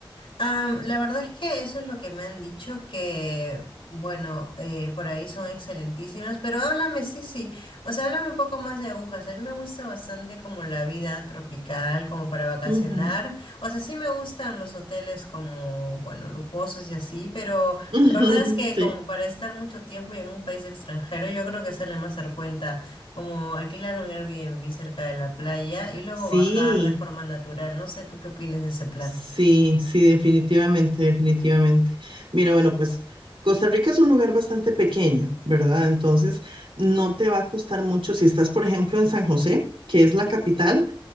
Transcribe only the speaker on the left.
Am, la verdad es que eso es lo que me han dicho, que bueno, eh, por ahí son excelentísimas, pero háblame, sí, sí, o sea, háblame un poco más de agujas. A mí me gusta bastante como la vida tropical, como para vacacionar.
O sea, sí me gustan los hoteles como, bueno, lujosos y así, pero
la verdad es que
como para estar mucho tiempo y en un país extranjero, yo creo que sale más dar cuenta como alquilar un Airbnb cerca de la playa y luego
bajar de forma natural. No sé, ¿tú qué opinas de ese plan?